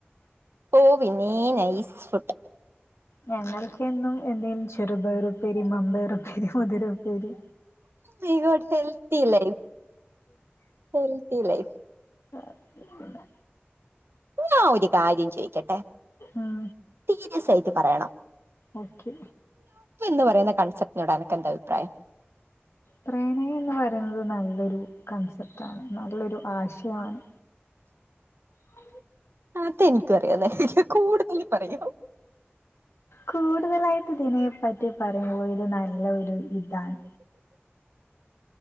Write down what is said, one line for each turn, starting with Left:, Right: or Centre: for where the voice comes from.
Right: ഓവിനെ നൈസ് ഫുട്ട്
Left: ഞങ്ങൾക്ക്ന്നും എന്തേങ്കിലും ചെറുപയറുപ്പേരി മമ്പയറപ്പേരി മുതിര ഉപ്പേര്
Right: ഹത്തി ലൈഫ് ഹത്തി ലൈഫ്
Left: അ ശരി
Right: ഞാൻ ഒരു കാര്യം ചോയിക്കട്ടെ
Left: ഉം
Right: സീരിയസ് ആയി പറയണം
Left: ഓക്കെ
Right: എ പറയുന്ന കൺസെപ്റ്റിനോട എനക്ക് എന്റെ അഭിപ്രായം
Left: പ്രേണന്ന് പറയുന്നത് നല്ലൊരു കണ്സെപ്റ്റാണ് നല്ലൊരു ആശയമാണ് അ
Right: അ എനക്ക്ം കൂടുതൽ പറയൂ
Left: കൂടുതലായിട്ട് ഇതിനെ പറ്റി പറയുമ്പോൾ ഇത് നല്ല ഒരു ഇതാണ്